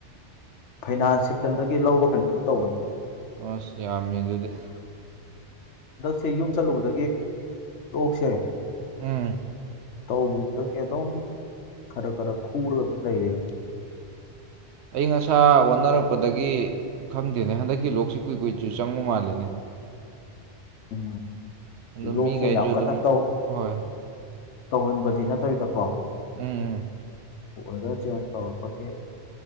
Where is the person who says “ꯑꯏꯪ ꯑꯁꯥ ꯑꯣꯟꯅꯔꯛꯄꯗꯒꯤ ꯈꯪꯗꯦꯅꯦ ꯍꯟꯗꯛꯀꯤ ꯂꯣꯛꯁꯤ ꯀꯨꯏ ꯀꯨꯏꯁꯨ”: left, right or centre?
Right